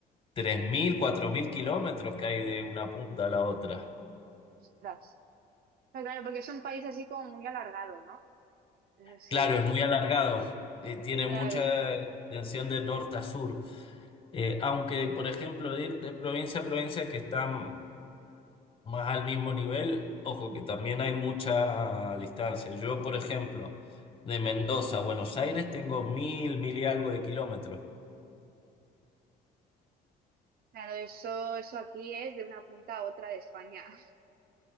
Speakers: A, on the left; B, on the right.
A: tres mil cuatro mil kilómetros que hay de una punta a la otra.
B: Ostras. Pero claro, porque es un país así como muy alargado, ¿no? Es así,
A: Claro, es muy alargado, eh, tiene
B: claro.
A: mucha extensión de norte a sur. Eh, aunque, por ejemplo, de ir de provincia a provincia que están más al mismo nivel, ojo que también hay mucha distancia. Yo, por ejemplo, de Mendoza a Buenos Aires tengo mil, mil y algo de kilómetros.
B: Claro, eso, eso aquí es de una punta a otra de España. <laughs>